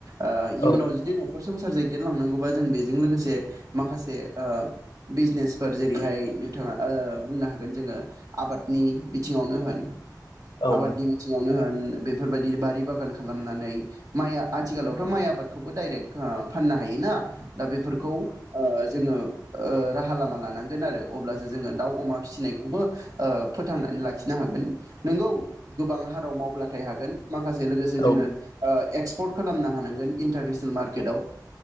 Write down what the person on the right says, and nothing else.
ओ
इयुनाव जुदि न'खरसे संसार दैदेनलांनांगौबा जों बेजों लोगोसे माखासे ओ बिजनेसफोर जेरैहाय बिथाङा ओ बुंनो हागोन जोङो आबादनि बिथिङावनो होन
आबादनि बिथिङावनो होन बेफोरबायदि बारि बागान खालामनानै माइआ आथिखालावथ' माइ आबादखौबो डाइरेक्ट आह फाननो हायो। ना दा बेफोरखौ ओ जोङो ओ राहा लामा लानांगोन आरो अब्ला जोङो दाउ अमा फिसिनायनखौबो ओ फोथांनानै‌ लाखिनो हागोन नोंगौ गोबां हा फोराव मावब्लाथाय हागोन माखासे लोगोसे
जोङो ओ एक्स पर्ट खालामनो हानांगोन इन्टारनेसनेल मार्केटाव